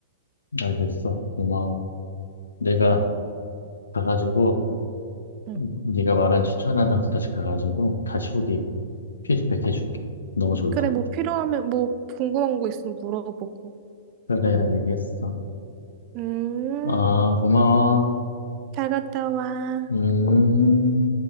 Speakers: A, on the left; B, on the right.
A: 알겠어. 고마워. 내가
B: 응,
A: 가가지고,
B: 응.
A: 음, 네가 말한 추천한 장소 다시 가가지고, 다시 후기 피드백 해줄게. 너무 좋을
B: 그래,
A: 것 같아.
B: 뭐 필요하면, 뭐 궁금한 거 있으면 물어보고.
A: 그래, 알겠어.
B: 음,
A: 아, 고마워.
B: 잘 갔다 와.
A: 음.